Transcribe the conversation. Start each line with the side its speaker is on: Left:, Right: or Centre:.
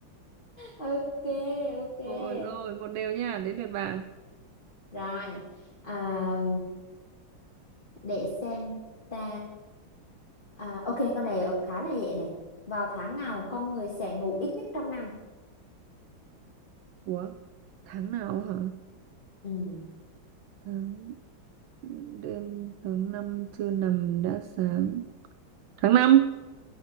Left: Ok, ok.
Right: rồi rồi một đều nha đến lượt bà
Left: Rồi. À, để xem ta. À, ok, con này khá là dễ này. Vào tháng nào con người sẽ ngủ ít nhất trong năm?
Right: ủa tháng nào hả
Left: Ừ.
Right: tháng đêm tháng năm chưa nằm đã sáng tháng năm